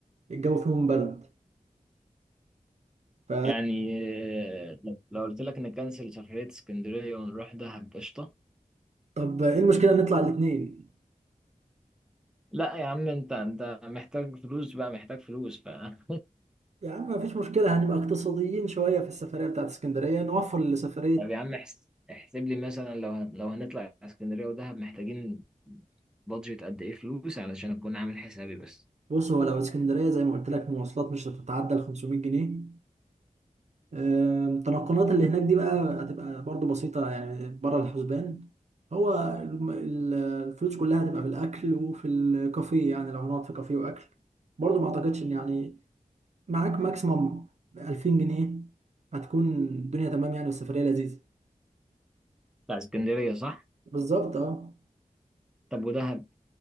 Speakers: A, on the right; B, in the centre.
A: الجو فيهم برد ف
B: يعني آه، لو لو قلت لك نكنسل سفرية اسكندرية ونروح دهب قشطة
A: طب ايه المشكله نطلع الاثنين
B: لا يا عم انت انت محتاج فلوس بقى محتاج فلوس بقى
A: يا عم مفيش مشكله هنبقى اقتصاديين شويه في السفريه بتاعت اسكندريه نوفر لسفريه
B: <laughs> طب يا عم احس- احسب لي مثلا لو هن- لو هنطلع اسكندريه ودهب محتاجين بادجت قد ايه فلوس علشان اكون عامل حسابي بس
A: بص هو لو اسكندريه زي ما قلت لك مواصلات مش هتتعدى ال 500 جنيه آم، التنقلات اللي هناك دي بقى هتبقى برضو بسيطة يعني بره الحسبان هو الم- ال- الفلوس كلها هتبقى في الأكل وفي الكافيه يعني لو هنقعد في كافيه وأكل برضو ما أعتقدش إن يعني معاك ماكسيموم 2000 جنيه هتكون الدنيا تمام يعني والسفرية لذيذة
B: بتاع اسكندريه صح
A: بالظبط اه
B: طب ودهب